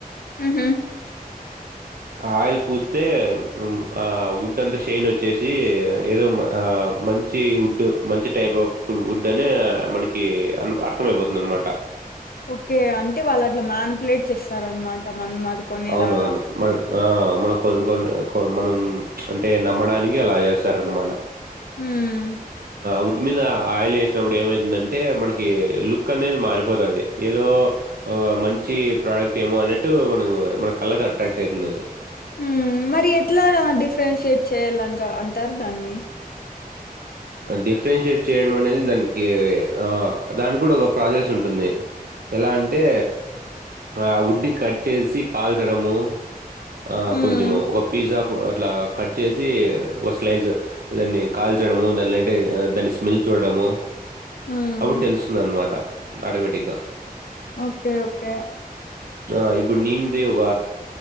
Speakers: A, on the left; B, on the right.
A: ఉ హు
B: ఆయిల్ పూస్తే మ్ ఆ వడ్ అంతా షైన్ ఓచ్చేసి ఏదో ఆ మంచి వుడ్ మంచి టైప్ ఆఫ్ వడ్ అనే మనకి అర్థంమయిపోతుంది అనమాట
A: ఓకే అంటే వాళ్ళు అట్లా మ్యాన్పులేట్ చేస్తార్ అనమాట మనం ఆదికొనేలాగా
B: అవునవును మన ఆ మనం కొన్ని కొ మనం అంటే నమ్మడానికి అలా చేస్తార నమాన
A: ఉమ్
B: వుడ్ మీద ఆయిల్ వేసినప్పుడు ఏమయితుందంటే మనకి లుక్ అనేది మారిపోతుంది ఏదో మంచి ప్రోడక్ట్ ఏమో అనేట్టు మనం మన కళ్ళకి అట్రాక్ట్ అయితుంది అది
A: ఉమ్ మరి ఎట్లా డిఫరెన్షియేట్ చేయాలంట అంటారు దాన్ని
B: డిఫరెన్షియేట్ చేయడం అనేది దానికి ఆ దానికి కూడా ఒక ప్రాసెస్ ఉంటుంది ఎలా అంటే ఆ వుడ్ని కట్ చేసి కాల్చడము ఆ
A: ఉమ్
B: కొంచము ఒక పీస్ ఆఫ్ అట్లా కట్ చేసి ఒక స్లైజ్ దాన్ని కాల్చడము దానింటే దాన్ని స్మెల్ చూడడము
A: ఉమ్
B: అప్పుడు తెలుస్తుందన్నమాట ఆటోమటిగ్గ
A: ఓకే ఓకే
B: ఆ ఇప్పుడు నీమ్ది ఒక